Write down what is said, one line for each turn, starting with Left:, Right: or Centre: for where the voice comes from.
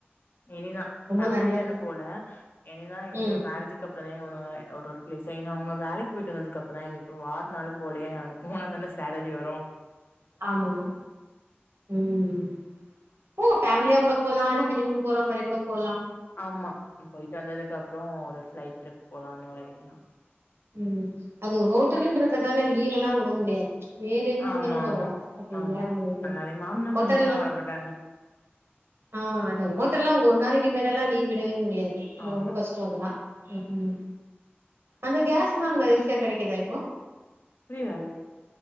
Left: எனைதா
Right: ரொம்ப
Left: பேமிலியானு
Right: நல்லாக்கு
Left: போல எனைதான் இவங்க
Right: ம்
Left: மேரேஜக்கு அப் இப்ப தா ஒன்னு ஒன்னு ஒரு ஒரு பிளேஸ்சா ஏன்னா அவ்ங்க வேலைக்கு போயிட்டு வந்ததுக்கு அப்றோ இப்பும் வாறுனால போல யா போனா தான சேலரி வரும்
Right: ஆமா ம் ஓ ஃபேமிலியா கூட போலா இல்ல ஹனிமூன் போற மாரி கூட போலாம்
Left: ஆமா உ போய்ட்டு வந்ததுக்கப்றோ ஒரு ஃபிளைட் ட்ரிப் போலானு ஒரு ஐடியா
Right: உம் அது ஹோட்டலுன்றதுதால லீவ் எல்லா உட முடியாத் வேற எதுன
Left: ஆமா
Right: இர்ந்தாலு பரவால்
Left: ஆமா
Right: அப்டி இல்ல
Left: ஆமா
Right: உங்கள்க்கு
Left: அதனாலே மாமனா
Right: ஹோட்டலில்லா
Left: மாமியார்லா வரமாட்டாங்க
Right: <inaudible> ஆ அத ஹோட்டல்லா ஒர் நாளிக்கு இங்கலெல்லா லீவ் விடவே முடியாது இங்க
Left: ஆமா
Right: ரொம்ப கஷ்டோ அதுல்லா ம்உ அந்த கேஸ் நாங்க ஈஸ்யா கடைக்கிதா இப்போ
Left: புரியல அது